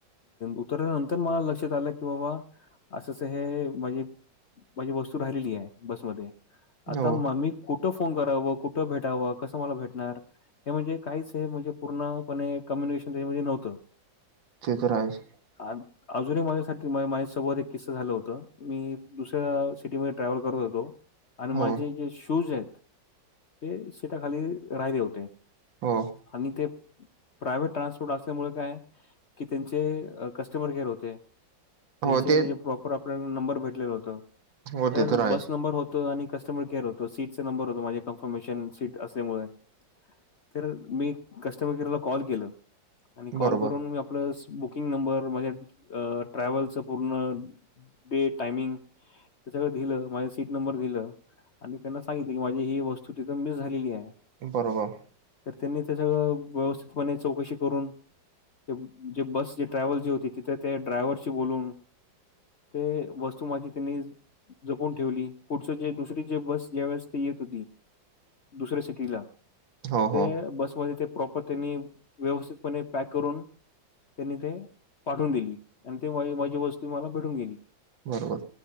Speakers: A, on the left; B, on the right.
A: उतरल्यानंतर मला लक्षात आलं की बाबा असंच हे म्हणजे माझी वस्तू राहिलेली आहे बसमध्ये आता
B: हो
A: ममी कुठं फोन करावं, कुठं भेटावं, कसं मला भेटणार. हे म्हणजे काहीच हे म्हणजे पूर्णपणे कम्युनिकेशन त्याच्यामध्ये नव्हतं.
B: ते तर आहेच.
A: आ अजूनही माझ्यासाठी माझ्या सोबत एक किस्स झालं होत. मी दुसऱ्या सिटीमध्ये ट्रॅव्हल करत होतो. आणि
B: हो
A: माझे जे शूज आहेत ते सीटा खाली राहिले होते.
B: हो
A: आणि ते प्रायव्हेट ट्रान्सपोर्ट असल्यामुळे काय की त्यांचे कस्टमर केअर होते‌. त्यांचे
B: हो ते
A: म्हणजे प्रॉपर आपल्याला नंबर भेटलेलं नव्हता
B: हो
A: तर
B: ते आहेच
A: बस नंबर हो आणि कस्टमर केअर होत सीटचा नंबर होतो कन्फर्मेशन सीट असल्या मुळे. तर मी कस्टमर केअरला कॉल केलं आणि कॉल
B: बरोबर
A: करून मी आपलं बुकिंग नंबर माझ्या अ ट्रॅव्हलचं पूर्ण डेट टाइमिंग हे सगळ दिलं, माझ सीट नंबर दिलं. आणि त्यांना सांगितलं माझी ही वस्तू तिथं मिस झालेली आहे.
B: बरोबर.
A: तर त्यांनी ते सगळं व्यवस्थितपणे चौकशी करून ते जे बस जे ट्रॅव्हल जे होती तिथे ते ड्रायव्हरशी बोलून ते वस्तू माझी त्यांनी जपून ठेवली. पुढचं जे दुसरी जे बस ज्या वेळेस ते येत होती दुसऱ्या सिटीला
B: हो
A: ते
B: हो
A: बसमध्ये ते प्रॉपर त्यांनी व्यवस्थितपणे पॅक करून त्यांनी ते पाठवून दिली. आणि ते माझी माझी वस्तू मला भेटून गेली.
B: बरोबर.